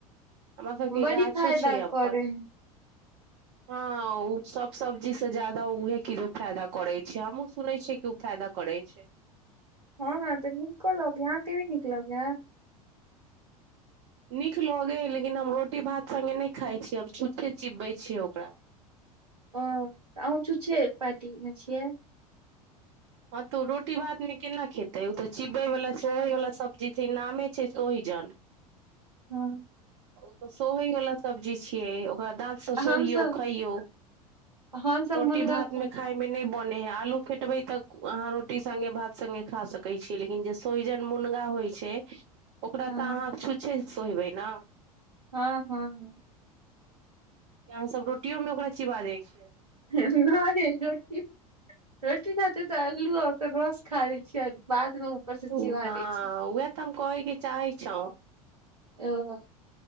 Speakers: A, on the right; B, on the right.
A: हमरा सबके
B: बड़ी
A: गाछो
B: फायदा
A: छै अपन
B: करे
A: हॅं ओ सब सब्जी से जदा उहे किलो फायदा करे छै हमहु सुनै छियै कि ओ फायदा करै छै
B: हँ हँ तऽ नीको लगे हँ अहाॅं के नइ नीक लगे है
A: नीक लगे लेकिन हम रोटी भात सङ्गे नहि खाइ छी हम छुच्छे चिबबै छियै ओकरा
B: ओऽ आहू छुच्छे पार्टी मे छियै
A: हँ तऽ ओ रोटी भातमे केना खेतै ओ तऽ चिबयवला सहयवला सब्जी छै ई नामे छै सोहिजन
B: हँ
A: ओ तऽ सोहे वला सब्जी छिये ओकरा दात सोहियो
B: हमसब
A: खईयो
B: हमसब
A: रोटी
B: मुनगा
A: भात
B: कहै
A: मे खाई मे नहि बने है आलू फेटबै तऽ अहाँ रोटी सङ्गे भात सङ्गे खा सकै छीयै लेकिन जे सोहिजन मुनगा होइ छै ओकरा
B: हँ
A: तऽ अहाँ छुच्छे सोेहिबै नाऽ
B: हँ हँ हॉं
A: या अहाँ सब रोटियों में ओकरा चिबा जाइ छियै
B: नहि रोटी रोटी साथे तऽ अल्लू ओकर रस खा लै छियै बाद मे ऊपर से
A: हँ
B: चिबा लै छी।
A: उएह तऽ हम कहेके चाहे छौ
B: ओ